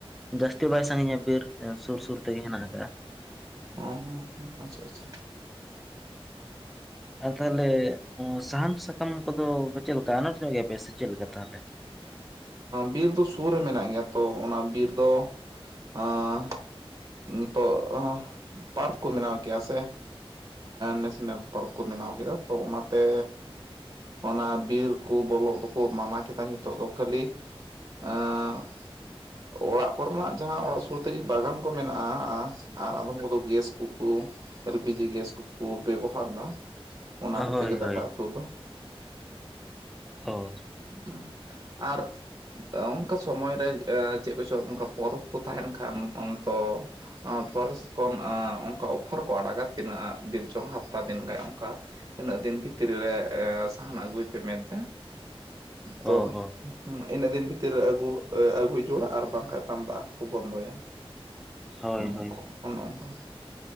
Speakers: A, in the centre; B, on the right (about 35°).
A: ᱡᱟᱹᱥᱛᱤ ᱵᱟᱭ ᱥᱟᱺᱜᱤᱧᱟ ᱵᱤᱨ ᱥᱩᱨ ᱥᱩᱨ ᱛᱮᱜᱮ ᱦᱮᱱᱟᱜ ᱟᱠᱟᱜᱼᱟ᱾
B: ᱟ ᱦᱟ ᱟᱪᱪᱷᱟ ᱟᱪᱪᱷᱟ
A: <inaudible> ᱟᱨ ᱛᱟᱦᱮᱞᱮ ᱥᱟᱦᱟᱱ ᱥᱟᱠᱟᱢ ᱠᱚᱫᱚ ᱪᱮᱫ ᱞᱮᱠᱟ ᱟᱱᱟᱴ ᱧᱚᱜ ᱜᱮᱭᱟ ᱵᱮᱥ ᱪᱮᱫᱞᱮᱠᱟ ᱛᱟᱦᱚᱞᱮ
B: ᱵᱤᱨ ᱫᱚ ᱥᱩᱨ ᱨᱮ ᱢᱮᱱᱟᱜ ᱜᱮᱭᱟ ᱛᱚ ᱚᱱᱟ ᱵᱤᱨ ᱫᱚ ᱟᱸ ᱱᱤᱛᱳᱜ ᱯᱟᱨᱠ ᱠᱚ ᱵᱮᱱᱟᱣ ᱠᱮᱭᱟ ᱥᱮ ᱱᱮᱥᱱᱮᱞ ᱯᱟᱨᱠ ᱠᱚ ᱵᱮᱱᱟᱣ ᱠᱮᱫᱟ ᱛᱚ ᱚᱱᱟᱛᱮ ᱚᱱᱟ ᱵᱤᱨ ᱠᱚ ᱵᱚᱞᱚᱜ ᱫᱚᱠᱚ ᱢᱟᱱᱟ ᱠᱮᱫᱟ ᱱᱤᱛᱚᱜ ᱫᱚ ᱠᱷᱟᱹᱞᱤ ᱟᱻ ᱚᱲᱟᱜ ᱠᱚᱨᱮᱱᱟᱜ ᱡᱟᱦᱟᱸ ᱚᱲᱟᱜ ᱥᱩᱨ ᱛᱮᱜᱮ ᱵᱟᱜᱟᱱ ᱠᱚ ᱢᱮᱱᱟᱜᱼᱟ, ᱟᱨ ᱟᱫᱚᱢ ᱠᱚᱫᱚ ᱜᱮᱥ ᱠᱚᱠᱩ ᱮᱞ ᱯᱤ ᱡᱤ ᱜᱮᱥ ᱠᱚᱠᱚ ᱵᱮᱵᱚᱦᱟᱨ ᱮᱫᱟ ᱚᱱᱟ ᱠᱚᱛᱮ
A: ᱦᱳᱭ
B: ᱜᱮ ᱫᱟᱠᱟ
A: ᱦᱳᱭ
B: ᱩᱛᱩ ᱫᱚ᱾
A: ᱚᱸ᱾
B: ᱦᱮᱸ ᱟᱨ ᱚᱱᱠᱟ ᱥᱚᱢᱚᱭ ᱨᱮ ᱪᱮᱫ ᱠᱚᱪᱚᱝ ᱚᱱᱠᱟ ᱯᱚᱨᱚᱵᱽ ᱠᱚ ᱛᱟᱦᱮᱱ ᱠᱷᱟᱱ ᱚᱱᱛᱚ ᱯᱷᱚᱨᱮᱥᱴ ᱠᱷᱚᱱ ᱚᱱᱠᱟ ᱚᱯᱷᱟᱨ ᱠᱚ ᱟᱲᱟᱜᱟ ᱛᱤᱱᱟᱹᱜ ᱫᱤᱱ ᱪᱚᱝ ᱦᱟᱯᱛᱟ ᱫᱤᱱ ᱜᱟᱱᱡ ᱚᱱᱠᱟ ᱤᱱᱟᱹᱜ ᱫᱤᱱ ᱵᱷᱤᱛᱨᱤ ᱨᱮ ᱥᱟᱦᱟᱱ ᱟᱹᱜᱩᱭ ᱯᱮ ᱢᱮᱱᱛᱮ᱾ ᱛᱚ
A: ᱚ ᱚ
B: ᱤᱱᱟᱹᱜ ᱫᱤᱱ ᱵᱷᱤᱛᱤᱨ ᱨᱮᱜᱩ ᱟᱹᱜᱩ ᱡᱚᱲᱲᱟ ᱟᱨ ᱵᱟᱝᱠᱷᱟᱱ ᱛᱩᱢᱫᱟᱜ ᱠᱚ ᱵᱚᱱᱫᱚᱭᱟ᱾
A: ᱦᱳᱭ
B: ᱚᱱᱮ
A: ᱦᱳᱭ
B: ᱚᱱᱠᱟ᱾